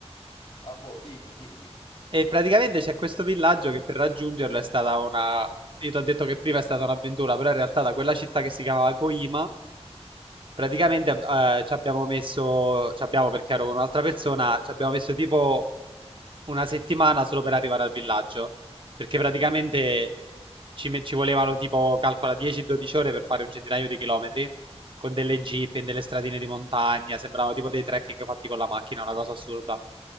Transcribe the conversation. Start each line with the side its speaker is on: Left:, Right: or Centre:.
Left: Ah, boh, dimmi, dimmi.
Right: E praticamente c'è questo villaggio che per raggiungerlo è stata una... Io ti ho detto che prima è stata un'avventura, però in realtà da quella città che si chiamava Koima, praticamente eh, ci abbiamo messo, ci abbiamo perché ero con un'altra persona, ci abbiamo messo tipo una settimana solo per arrivare al villaggio, perché praticamente ci, me- ci volevano tipo, calcola 10-12 ore per fare un centinaio di chilometri, con delle jeep in delle stradine di montagna, sembravano tipo dei trekking fatti con la macchina, una cosa assurda.